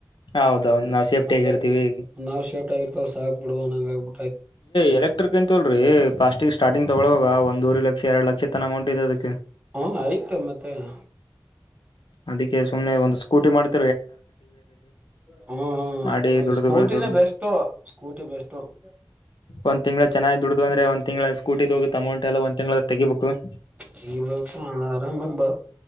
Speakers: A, on the left (about 75°); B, on the right (about 15°).
A: ಹೌದೌದು ನಾವು ಸೇಫ್ಟಿ
B: ಹಂಗ
A: ಆಗಿರ್ತೀವಿ
B: ಆತು ಒ ನಾ ಶರ್ಟ್ ಆಗಿರ್ತವ ಸಾಕ್ಬ ಬಿಡು ಹಂಗ ಆಬ <inaudible>
A: ಏ್ಲೆಕ್ಟ್ರಿಕ್ ಅಂತ ಹೇಳಲ್ರಿೀ ಪ್ಾಸ್ಟಿಕ್ ಸ್ಟಾರ್ಟಿಂಗ್ ತಗೊಳಾಗ ಒಂದವ ಲಕ್ಷ ಎರಡು ಲಕ್ಷ ತನ್ ಅಮೌಂಟ್ ಇ ಅದಕ್ಕೆ <inaudible>
B: ಹಾ ಆಯ್ತ ಮತ್ತೆ <inaudible>
A: ಅದಕ್ಕೆ ಸುಮ್ನೆ ಒಂದು ಸ್ಕೂಟಿ ಮಾಡ್ <inaudible>
B: ಹ್ಮ
A: ಮಾಡಿ
B: ಹಾ
A: ದುಡ್ದು
B: ಸ್ಕೂಟಿಿನ
A: ಬರ್ದು
B: ಬೆಸ್ು ಸ್ಕೂಟಿ ಬೆಸ್ಟ್ು <inaudible>
A: ಒಂದ್ ತಿಂಗಳ ಚೆನ್ನಾಗಿ ದುಡ್ದು ಅಂದ್ರೆ ಒಂದ <inaudible> ತಿಂ ಸ್ಕೂಟಿ ಹೋಗುತ್ತ ಅಮೌಂಟ್ ಎಲ್ಲ ಒಂದ ತಿಂಗಳ ತೆಗಿಬೇಕು <inaudible>
B: ತೆಗಿಬೇಕು ಆರಾಮಾಗಿ ಬ